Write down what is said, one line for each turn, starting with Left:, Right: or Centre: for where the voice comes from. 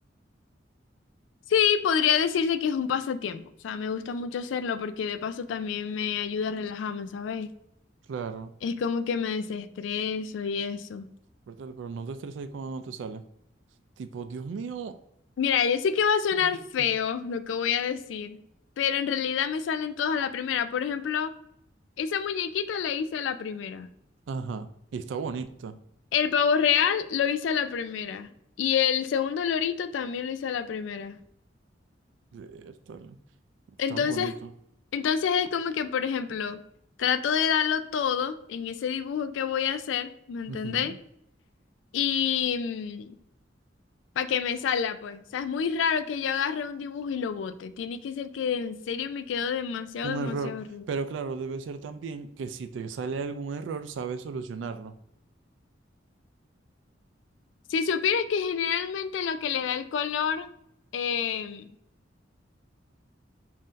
Left: Sí, podría decirse que es un pasatiempo. O sea, me gusta mucho hacerlo porque de paso también me ayuda a relajarme, ¿sabéis?
Right: Claro,
Left: Es como que me desestreso y eso.
Right: pértale, pero no te estreses ahí cuando no te sale. Tipo, Dios mío.
Left: Mira, yo sé que va a sonar
Right: <laughs>
Left: feo lo que voy a decir, pero en realidad me salen todas a la primera. Por ejemplo, esa muñequita la hice a la primera.
Right: Ajá, y está bonita.
Left: El pavo real lo hice a la primera. Y el segundo lorito también lo hice a la primera.
Right: Pértale,
Left: Entonces,
Right: tan bonito.
Left: entonces es como que, por ejemplo, trato de darlo todo en ese dibujo que voy a hacer, ¿me entendéis?
Right: Ujú.
Left: Y para que me salga, pues. O sea, es muy raro que yo agarre un dibujo y lo bote. Tiene que ser que en serio me quedó demasiado,
Right: un
Left: demasiado
Right: error.
Left: rico.
Right: Pero claro, debe ser también que si te sale algún error, sabes solucionarlo.
Left: Si supieras que generalmente lo que le da el color, eh,